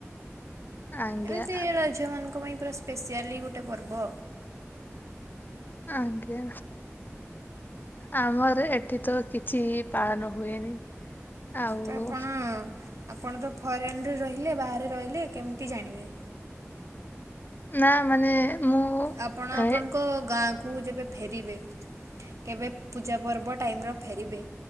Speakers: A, on the left (about 40°); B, on the right (about 85°).
A: ଆଜ୍ଞା
B: ଏମିତି ଝିଅମାନଙ୍କ ପାଇଁ ପୁରା ସ୍ପେସିଆଲି ଗୋଟେ ପର୍ବ।
A: ଆଜ୍ଞା ଆମର ଏଠି ତ କିଛି ପାଳନ ହୁଏନି। ଆଉ
B: ତ ଆପଣ ଆପଣ ତ ଫରେନ୍ ରେ ରହିଲେ ବାହାରେ ରହିଲେ କେମିତି ଜାଣିବେ।
A: ନା ମାନେ ମୁଁ
B: ଆପଣ ଆପଣଙ୍କ
A: ଏ
B: ଗାଁ କୁ ଯେବେ ଫେରିବେ କେବେ ପୂଜା ପର୍ବ ଟାଇମ୍ ର ଫେରିବେ